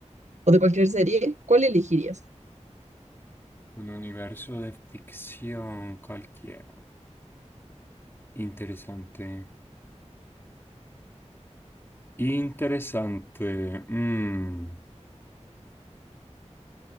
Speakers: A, on the right; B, on the left.
A: o de cualquier serie, ¿cuál elegirías?
B: Un universo de ficción cualquiera. Interesante. Interesante. Mm,